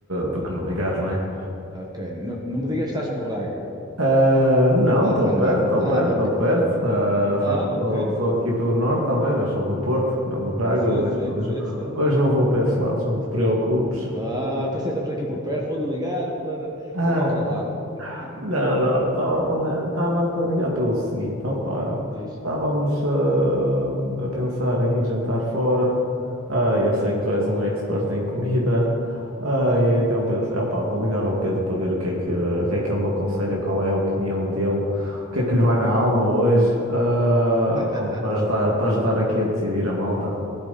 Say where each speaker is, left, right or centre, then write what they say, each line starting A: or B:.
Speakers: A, on the right; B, on the right.
A: do
B: N-
A: que não ligar, não é?
B: Ok, N- não me digas que estás por Braga.
A: Ah, não,
B: Não,
A: estou
B: <laughs>
A: perto,
B: não.
A: estou
B: Ah,
A: perto, estou
B: ok.
A: perto. Ah,
B: Ah,
A: sabes que sou,
B: ok.
A: sou aqui do Norte também, mas sou do Porto, não de Braga.
B: Sim,
A: Hoje,
B: sim,
A: hoje,
B: sim, eu sei.
A: hoje não vou para esses lados, não te preocupes.
B: Ah, pensei que estamos aqui por perto, vou-lhe ligar para
A: Ah,
B: a qualquer lado. <laughs>
A: Não, não, olha, estava a ligar pelo seguinte, opá,
B: Diz.
A: estávamos a, a pensar em ir jantar fora, ah, eu sei que tu és um expert em comida, ah, e então pensei, opá, vou ligar ao Pedro para ver o que é que, o que é que ele me aconselha, qual é a opinião dele, o que é que lhe vai na alma hoje, ah,
B: <laughs>
A: pronto, para ajudar, para ajudar aqui a decidir a malta.